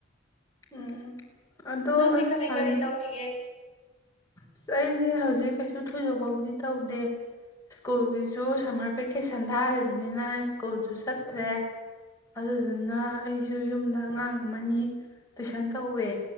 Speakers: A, on the left; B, on the left.
A: ꯎꯝ ꯑꯗꯣ
B: ꯅꯗꯤ
A: ꯑꯁ
B: ꯀꯔꯤ
A: ꯍꯧꯖꯤꯛ
B: ꯀꯔꯤ ꯇꯋꯥꯒ
A: ꯑꯁ ꯑꯩꯁꯦ ꯍꯧꯖꯤꯛ ꯀꯩꯁꯨ ꯊꯣꯏꯗꯣꯛꯄꯕꯨꯗꯤ ꯇꯧꯗꯦ ꯁ꯭ꯀꯨꯜꯒꯤꯁꯨ ꯁꯝꯃꯔ ꯚꯦꯀꯦꯁꯟ ꯊꯥꯔꯤꯕꯅꯤꯅ ꯁ꯭ꯀꯨꯜꯁꯨ ꯆꯠꯇ꯭ꯔꯦ ꯑꯗꯨꯗꯨꯅ ꯑꯩꯁꯨ ꯌꯨꯝꯗ ꯑꯉꯥꯡ ꯑꯃꯅꯤ ꯇꯨꯏꯁꯟ ꯇꯧꯋꯦ